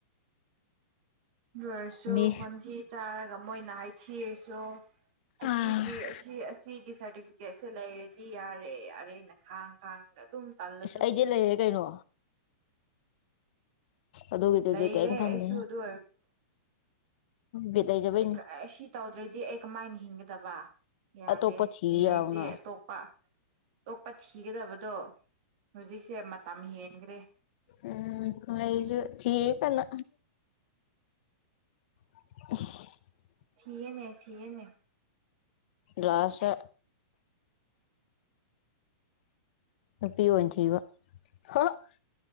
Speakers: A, on the right; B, on the left.
A: ꯂꯣꯏꯔꯁꯨ
B: ꯃꯤ
A: ꯈꯣꯟꯊꯤ ꯆꯥꯔꯒ ꯃꯣꯏꯅ ꯍꯥꯏꯊꯤꯔꯁꯨ ꯑꯁꯤꯗꯤ
B: ꯑꯁ
A: ꯑꯁꯤ ꯑꯁꯤꯒꯤ ꯁꯔꯇꯤꯐꯤ ꯐꯤꯀꯦꯠꯁꯦ ꯂꯩꯔꯗꯤ ꯌꯥꯔꯦ ꯌꯥꯔꯦꯅ ꯈꯥꯡ ꯈꯥꯡꯉꯒ ꯑꯗꯨꯝ ꯇꯜꯂꯁꯨ
B: ꯑꯦꯁ ꯑꯩꯗꯤ ꯂꯩꯔꯦ ꯀꯩꯅꯣ ꯑꯗꯣꯒꯤꯗꯗꯤ
A: ꯂꯩꯔꯦ
B: ꯀꯩꯝ ꯈꯟꯗ‌ꯦꯍ‌ꯦ
A: ꯑꯩꯁꯨ ꯑꯗꯨ
B: ꯕꯤꯠ ꯂꯩꯖꯕꯩꯅꯦ
A: ꯑꯩ ꯀ ꯑꯁꯤ ꯇꯧꯗ꯭ꯔꯗꯤ ꯑꯩ ꯀꯃꯥꯏꯅ ꯍꯤꯡꯒꯗꯕ ꯌꯥꯗꯦ
B: ꯑꯇꯣꯞꯄ ꯊꯤ
A: ꯃꯤ ꯂꯩꯇꯦ
B: ꯌꯥꯎꯅ
A: ꯑꯇꯣꯞꯄ ꯇꯣꯛꯄ ꯊꯤꯒꯗꯕꯗꯣ ꯍꯧꯖꯤꯛꯁꯦ ꯃꯇꯝ ꯍꯦꯟꯈ꯭ꯔꯦ
B: ꯎꯝ ꯑꯩꯁꯨ ꯊꯤꯔꯤ ꯀꯟꯅ <unintelligible>
A: ꯊꯤꯌꯦꯅꯦ ꯊꯤꯌꯦꯅꯦ
B: ꯂꯥꯁꯗ ꯅꯨꯄꯤ ꯑꯣꯏꯅ ꯊꯤꯕ <unintelligible>